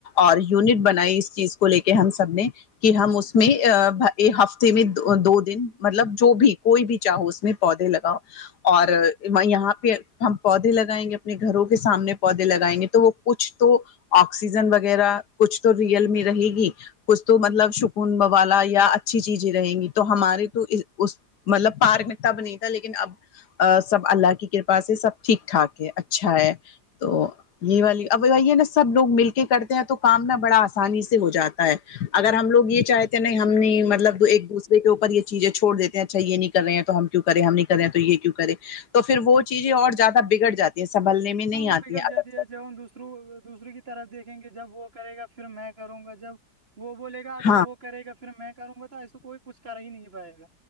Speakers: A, on the left (about 85°); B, on the right (about 35°).
A: اور یونٹ بنائی اس چیز کو لے کے ہم سب نے کہ ہم اس میں ہفتے میں دو دن مطلب جو بھی کوئی بھی چاہو اس میں پودے لگاؤ اور میں یہاں پہ ہم پودے لگائیں گے اپنے گھروں کے سامنے پودے لگائیں گے تو وہ کچھ تو آکسیجن وغیرہ کچھ تو ریئل میں رہے گی کچھ تو مطلب شکون بوالا یا اچھی چیزیں رہیں گی تو ہمارے تو مطلب پارک میں تب نہیں تھا لیکن اب سب اللہ کی کرپ کرپا سے سب ٹھیک ٹھاک ہے اچھا ہے تو یہ والی اب بھائی ہے نا سب لوگ مل کے کرتے ہیں تو کام نا بڑا آسانی سے ہو جاتا ہے اگر ہم لوگ یہ چاہے تے ہیں نہیں ہم نہیں مطلب ایک دوسرے کے اوپر یہ چیزیں چھوڑ دیتے ہیں اچھا یہ نہیں کر رہے ہیں تو ہم کیوں کرے ہم نہیں کررہے تو یہ کیوں کریں تو پھر وہ چیزیں اور زیادہ بگڑ جاتی یہ سنبلنے میں نہیں
B: ہاں وہ
A: آتی
B: بگڑ
A: ہیں
B: جاتی ہے جب ہم دوسروں دوسرے کی طرف دیکھیں گے جب وہ کرے گا فر میں کروں گا جب وہ بولے گا اگر
A: ہاں
B: وہ کرے گا فر میں کروں گا تو ایسے کوئی کچھ کر ہی نہیں پائے گا